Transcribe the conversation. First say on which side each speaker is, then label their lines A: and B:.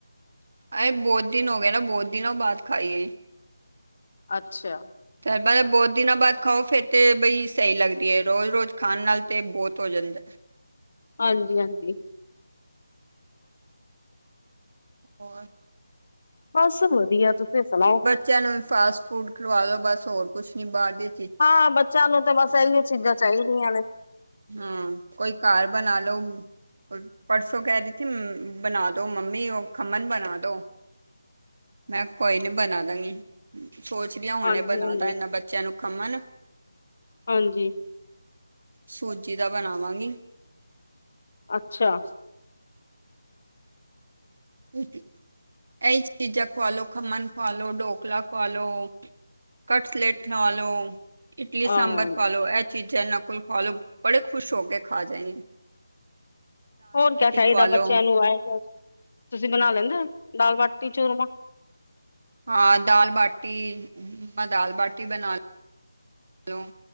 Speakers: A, on the right (about 50°); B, on the left (about 45°).
A: ਅ ਬਹੁਤ ਦਿਨ ਹੋ ਗਏ ਨਾ ਬਹੁਤ ਦਿਨ ਬਾਅਦ ਖਾਈਏ
B: ਅੱਛਾ
A: ਤੇ ਬਹੁਤ ਦਿਨਾਂ ਬਾਅਦ ਖਾਓ ਫੇਰ ਤੇ ਬਈ ਸਹੀ ਲੱਗਦੀ ਹੈ। ਰੋਜ਼ ਰੋਜ਼ ਖਾਣ ਨਾਲ ਤੇ ਬਹੁਤ ਹੋ ਜਾਂਦਾ
B: ਹਾਂਜੀ-ਹਾਂਜੀ।
A: ਹੋਰ
B: ਬਸ ਵਧੀਆ ਤੁਸੀਂ ਸੁਣਾਓ।
A: ਚਿਆਂ ਨੂੰ ਫਾਸਟ ਫੂਡ ਖਲਵਾਲੋ ਬਸ ਹੋਰ ਕੁਛ ਨੀ ਬਾਰ ਦੇ
B: ਹਾਂ ਬੱਚਿਆਂ ਨੂੰ ਤਾਂ ਬਸ ਇਹੀਓ ਚੀਜ਼ਾਂ ਚਾਈਦੀਆਂ ਨੇ।
A: ਹਾਂ ਕੋਈ ਘਰ ਬਣਾ ਲੋ। ਪਰਸੋਂ ਕੈ ਰਈ ਥੀ ਮ ਬਣਾ ਦੋ ਮੰਮੀ ਓ ਖਮਨ ਬਣਾ ਦੋ। ਮੈਂ ਕੋਈ ਨੀ ਬਣਾ ਦਾਂਗੀ। ਸੋਚਦੀ ਆਂ ਹੁਣੇ
B: ਹਾਂਜੀ
A: ਬਣਾ
B: ਹਾਂਜੀ
A: ਦਾ ਇਹਨਾਂ ਬੱਚਿਆਂ ਨੂੰ ਖਮਣ
B: ਹਾਂਜੀ
A: ਸੂਜੀ ਦਾ ਬਣਾਵਾਂਗੀ।
B: ਅੱਛਾ
A: ਇਹੀ ਚੀਜ਼ਾਂ ਖਵਾ ਲੋ ਖਮਣ ਖਵਾ ਲੋ ਢੋਕਲਾ ਖਵਾ ਲੋ। ਕਟਸਲੇਟ ਖਾ ਲੋ ਇਡਲੀ ਸਾਂਬਰ
B: ਆਹ
A: ਪਾ ਲੋ ਐ ਚੀ ਚੀਜ਼ਾਂ ਨਕੁਲ ਖਾ ਲੋ ਬੜੇ ਖੁਸ਼ ਹੋ ਕੇ ਖਾ ਜੇਗੇ।
B: ਹੋਰ ਕਿਆ ਚਾਈਦਾ
A: ਖਵਾ ਲੋ
B: ਬੱਚਿਆਂ ਨੂੰ ਆ ਤੁਸੀਂ ਬਣਾ ਲੈਂਦੇ ਦਾਲ ਬਾਟੀ ਚੂਰਮਾ
A: ਹਾਂ ਦਾਲ ਬਾਟੀ- ਦਾਲ ਬਾਟੀ ਬਣਾ ਲਓ।